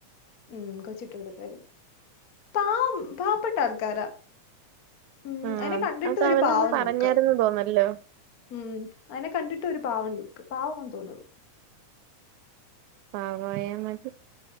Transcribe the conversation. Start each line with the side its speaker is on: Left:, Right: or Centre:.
Left: ഉം കൊച്ചിട്ട് കൊടുക്കായിരിക്കും പാവം പാം. പ്പെട്ട ആൾക്കാരാ ഉം
Right: ആഹ്
Left: അയിനെ കണ്ടിട്ട്
Right: അത്
Left: ഒരു
Right: അവനൊന്ന്
Left: പാവം
Right: പറഞ്ഞായിരുന്നു
Left: ലുക്ക്.
Right: തോന്നല്ലോ
Left: ഉം അയിനെ കണ്ടിട്ട് ഒരു പാവം ലുക്ക് പാവാന്ന് തോന്ന്‌ന്നത്.
Right: പാവായാ മതി.